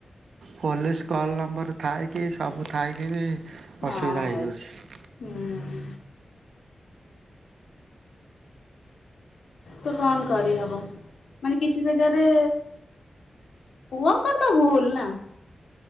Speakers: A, on the right; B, on the left.
A: ପୋଲିସ କଲ୍ ନମ୍ବର ଥାଇକି ସବୁ ଥାଇକି ବି
B: ହଁ
A: ଅସୁବିଧା
B: ହଉ
A: ହେଇଯାଉଛି।
B: ହୁଁ। ତ କଣ କରିହବ ମାନେ କିଛି ଜାଗାରେ ପୁଅଙ୍କର ତ ଭୁଲ୍ ନା।